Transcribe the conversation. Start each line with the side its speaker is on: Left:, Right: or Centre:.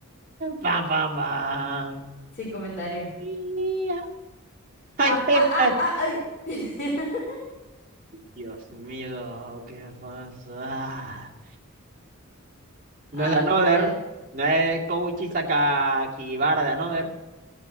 Right: Bam, bam, bam.
Left: Sin comentario.
Right: We are- ¡Ay!
Left: Ah,
Right: ¡Eh!
Left: ah, ah,
Right: ¡Eh!
Left: ah, ay. <laughs>
Right: Dios mío, qué pasa. No
Left: Ah,
Right: es de Another,
Left: ni idea.
Right: no es Koichi Sakakibara de Another.